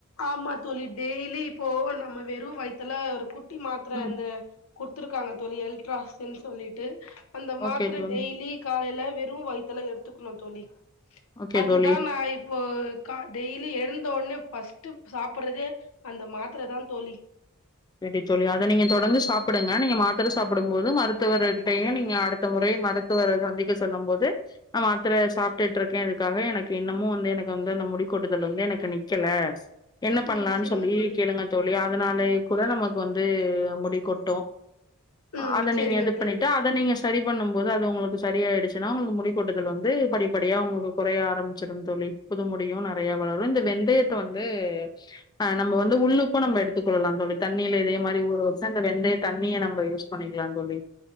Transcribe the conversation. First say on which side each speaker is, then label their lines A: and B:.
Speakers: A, on the left; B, on the left.
A: ஆமா தோழி டெய்லி இப்போவு நம்ம வெறு வய்த்துல ஒரு குட்டி மாத்ர
B: ம்.
A: இந்த குர்த்துருக்காங்க தோழி எல்ட்ராசின் சொல்லிட்டு அந்த மாத்ர
B: ஓகே தோழி.
A: டெய்லி காலைல வெறு வயித்துல எடுத்துக்ணு தோழி
B: ஓகே
A: அதுதா
B: தோழி.
A: நா இப் கா டெய்லி எழுந்த ஒட்னே பஸ்ட்டு சாப்படதே அந்த மாத்தர தா தோழி
B: எடி தோழி அத நீங்க தொடந்து சாப்புடுங்க நீங்க மாத்தர சாப்புடும் போது மருத்துவர் அடிட்டையி நீங்க அடுத்த முறை மருத் துவர சந்திக்க சொல்லும் போது நா மாத்துரே சாப்ட்டுட்ருக்கே இதுக்காக எனக் இன்னமு வந்தே எனக் வந்து அந்த முடிக்கொட்டுதல் வந்து எனக்கு நிக்கல என்ன பண்லான்
A: ம் சரிங்க
B: சொல்லி
A: தோழி
B: கேளுங்க தோழி அதனாலய் கூட நமக் வந்து அ முடி கொட்டு ஆ
A: ம்
B: அத
A: சரிங்க
B: நீங்க இது
A: தோழி
B: பண்ணிட்டா ஆட் இத நீங்க சரி பண்ணும் போது அது உங்குளுக்கு சரியாய்டுச்சுன்னா உங்ளுக்கு முடி கொட்டுதல் வந்து படிப்படியா உங்ளுக்கு குறைய ஆரம்பிச்சிடும் தோழி புது முடியு நறையா வளரு இந்த வெந்தயத்த வந்து ஆ நம்ம வந்து உள்ளுக் க்கு நம்ம எடுத்துக்கொள்ளலா தோழி தண்ணிலே இதே மாரி ஊற வெப்சாந்து வெந்தைய தண்ணிய நம்ப யூஸ் பண்ணிக்கிலான் தோழி